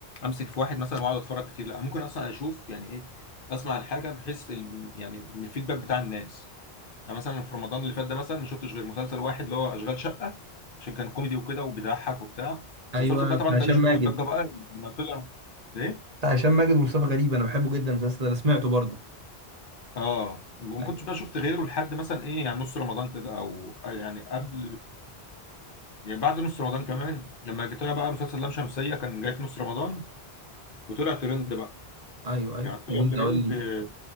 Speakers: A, on the left; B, on the right.
A: امسك في واحد مثلا واقعد اتفرج كتير لا ممكن اصلا اشوف يعني ايه اسمع الحاجه بحيث ال... يعني من الفيدباك بتاع الناس يعني مثلا في رمضان اللي فات ده مثلا ما شفتش غير مسلسل واحد اللي هو اشغال شقه عشان كان كوميدي وكده وبيضحك وبتاع
B: ايوه
A: ومسلسل بقى
B: بتاع
A: طبعا ده
B: هشام
A: اللي شفته
B: ماجد
A: متضجه بقى لما طلع ليه
B: بتاع هشام ماجد ومصطفى غريب انا بحبه جدا المسلسل ده انا سمعته برضه
A: اه ما
B: ايوه
A: كنتش بقى شفت غيره لحد مثلا ايه يعني نص رمضان كده او آه، يعني قبل يعني بعد نص رمضان كمان لما جيت طلع بقى مسلسل لام شمسية كان جاي في نص رمضان وطلع ترند بقى
B: ايوه ايوه
A: يعني طلع
B: طب انت
A: ترند
B: قول لي
A: آه،